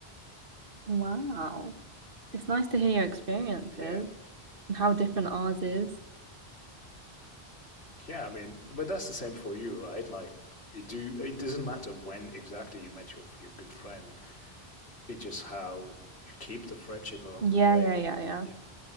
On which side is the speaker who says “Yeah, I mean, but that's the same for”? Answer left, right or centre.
Left